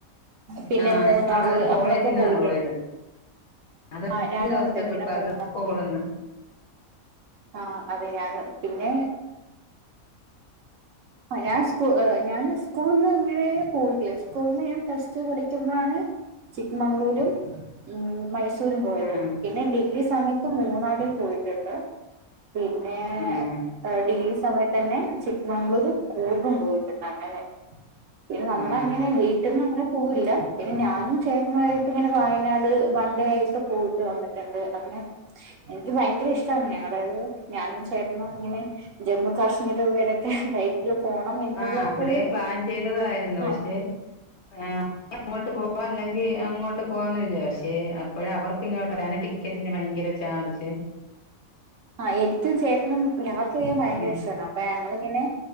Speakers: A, on the right; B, on the left.
A: പിന്നെ
B: ആഹ്
A: മൂന്നാറ്
B: ഞങ്ങളത് കോളേജിന്നാണ്
A: അവിടൊക്കെ പോയിട്ടുണ്ട്
B: പോയത്. അത് അഞ്ചു
A: ആ ഞാനും
B: ദിവസത്തെ
A: ഉണ്ട് പിന്നെ
B: ട്രിപ്പ ആയിരുന്നു
A: മൂന്നാർ
B: സ്കൂള്ന്ന്.
A: ആഹ് അതെ ഞാന് പിന്നെ. പയാ സ്കൂ ഞാൻ സ്കൂൾന്ന് ങ്ങനെ പോയിട്ടില്ല. സ്കൂൾന്ന് ഞാൻ പ്ലസ് ടു പഠിക്കുമ്പോണ്. ചിക്ക്മംഗ്ളൂരും ഉം മൈസൂരും പോയത്
B: ആഹ്
A: പിന്നെ ഡിഗ്രി. സമയത്ത് മൂന്നാരിൽ പോയിട്ടുണ്ട്. പിന്നെ
B: ഉം ഉം
A: ഏഹ് ഡിഗ്രി സമയത്തന്നെ ചിക്ക്മംഗളൂര് കൂർഗും പോയിട്ടുണ്ട്. അങ്ങനെ പിന്നെ നമ്മളങ്ങെ
B: ഉം
A: നെ വീട്ടിൽന്നും അങ്ങനെ പോവില്ല പിന്നെ ഞാനും ചേട്ടനുമായിട്ട് ഇങ്ങനെ വയനാട് വൺണ്ടേ ആയിട്ട് പോയിട്ട് വന്നി ട്ട്ണ്ട് അങ്ങനെ എനിക്ക് ഭയങ്കര ഇഷ്ടാണ് ഞങ്ങള് ഞാനും ചേട്ടന്നും ഇങ്ങനെ ജമ്മു കാശ്മീർ ഇവിടൊക്കെ ണ്ടായി ല് പോണം എന്നുള്ളൊക്കെ
B: ആഹ് ഇവിടെയും
A: ഒരു
B: പ്ലാൻ ചെയ്തതായിരുന്നു
A: ആ
B: പക്ഷേ ആഹ് അങ്ങോട്ട് പോവാ അല്ലെങ്കി അങ്ങോട്ട് പോവാന്ന് വിചാരിച്ച് പക്ഷെ അപ്പോഴ അവർക്ക് ഇങ്ങോട്ട് വരാന് ട്ടി ക്കറ്റിന് ഭയങ്കര ചാർജ്
A: ആഹ് എനിക്കും ചേട്ടനും യാത്ര ചെയ്യാൻ ഭയങ്കര
B: ഉം
A: ഇഷ്ടാണ് അപ്പൊ ഞങ്ങള്ങ്ങനെ